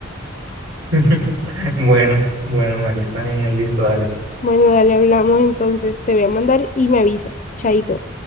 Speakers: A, on the right (about 75°); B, on the left (about 40°).
A: <laughs> Bueno, bueno, Marisa, genial, listo, dale.
B: Bueno, dale, hablamos entonces, te voy a mandar y me avisas, chaito.